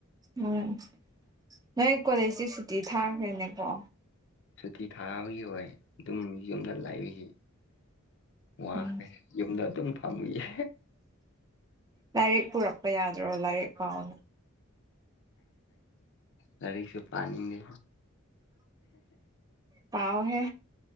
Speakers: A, on the right (about 20°); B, on the left (about 60°).
A: ꯎꯝ ꯅꯣꯏ ꯀꯣꯂꯦꯖꯁꯤ ꯁꯨꯇꯤ ꯊꯥꯈ꯭ꯔꯦꯅꯦꯀꯣ
B: ꯁꯨꯇꯤ ꯊꯥꯕꯒꯤ ꯑꯣꯏ ꯑꯗꯨꯝ ꯌꯨꯝꯗ ꯂꯩꯔꯤ ꯋꯥꯈ꯭ꯔꯦ
A: ꯎꯝ
B: ꯌꯨꯝꯗ ꯑꯗꯨꯝ ꯐꯝꯃꯨꯏꯌꯦ
A: ꯂꯥꯏꯔꯤꯛ ꯄꯨꯔꯛꯄ ꯌꯥꯗ꯭ꯔꯣ ꯂꯥꯏꯔꯤꯛ ꯄꯥꯎ
B: ꯂꯥꯏꯔꯤꯛꯁꯨ ꯄꯥꯅꯤꯡꯗꯦ
A: ꯄꯥꯎꯋꯣꯍꯦ